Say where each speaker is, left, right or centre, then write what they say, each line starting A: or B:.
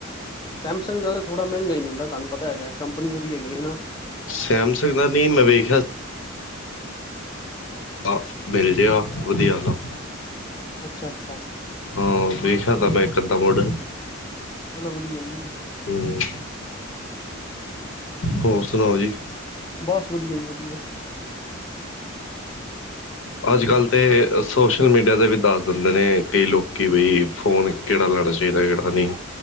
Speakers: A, on the left (about 20°); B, on the left (about 70°).
A: ਸੈਮਸਗ ਦਾ ਤਾਂ ਥੋੜ੍ਹਾ ਮੈਂਗਾ ਈ ਮਿਲਦਾ, ਤਾਨੂੰ ਪਤਾ ਹੈਗਾ, ਕੰਪਨੀ ਵਦੀ ਹੈਗੀ ਏ ਨਾ।
B: ਸੈਮਸੰਗ ਦਾ ਨੀ, ਮੈਂ ਵੇਖਿਆ ਆ, ਮਿਲ ਜੇਗਾ ਵਦੀਆ ਆਲਾ।
A: ਅੱਛਾ-ਅੱਛਾ।
B: ਹਾਂ, ਵੇਖਯਾ ਦਾ ਮੈਂ ਏਕ ਅੱਦਾ ਮੋਡਲ।
A: ਚਲੋ ਵਦੀਆ ਏ ਜੀ।
B: ਹੂੰ, ਹੋਰ ਸੁਣਾਓ ਜੀ?
A: ਬਸ ਵਦੀਆ ਜੀ ਵਦੀਆ।
B: ਅੱਜ ਕੱਲ੍ਹ ਤੇ ਸੋਸ਼ਲ ਮੀਡੀਆ ਤੇ ਵੀ ਦੱਸ ਦਿੰਦੇ ਨੇ, ਕਈ ਲੋਕ ਬਈ ਫੋਨ ਕੇੜਾ ਲੈਣਾ ਚਾਈਦਾ, ਕੇੜਾ ਨਈ।